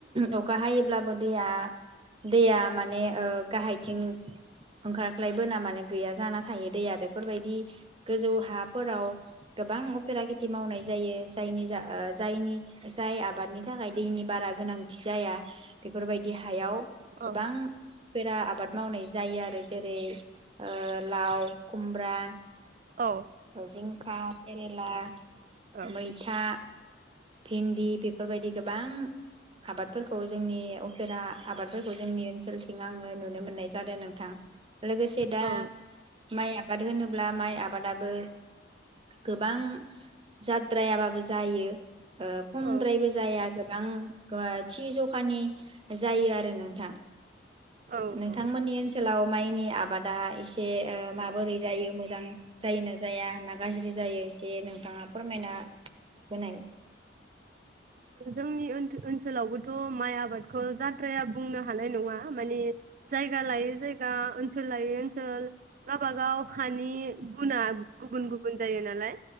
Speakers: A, on the right (about 30°); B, on the right (about 45°).
A: अखा हायोब्लाबो दैया दैया माने ओ गाहायथिं ओंखाराख्लायबोना मानो गैया जाना थायो दैया बेफोरबायदि गोजौ हाफोराव गोबां अफेरा खेथि मावनाय जायो जायनि जा जायनि जाय आबादनि थाखाय दैनि बारा गोनांथि जाया बेफोरबायदि हायाव
B: औ
A: गोबां दा आबाद मावनाय जायो आरो जेरै ओ लाव खुमब्रा
B: औ
A: जिंखा केरेला
B: औ
A: मैथा भिन्दि बे बेफोरबायदि गोबां आबादफोरखौ जोंनि अफेरा आबादफोरखौ जोंनि ओनसोल थिं आङो नुनो मोननाय जादों नोंथां लोगोसे दा
B: औ
A: माइ आबाद होनोब्ला माइ आबादाबो गोबां जाद्रायाबाबो जायो ओ खमद्रायबो
B: औ
A: जाया गो गोबां थि जखानि जायो आरो नोंथां
B: औ
A: नोंथांमोननि ओनसोलाव माइनि आबादा एसे ओ माबोरै जायो मोजां जायो ना जाया ना गाज्रि जायो एसे नोंथाङा फोरमायना होनाय
B: जोंनि ओनसोलावबोथ' माइ आबादखौ जाद्राया बुंनो हानाय नङा मानिे जायगा लायै जायगा ओनसोल लायै ओनसोल गावबा गाव हानि गुना गुबुन गुबुन जायो नालाय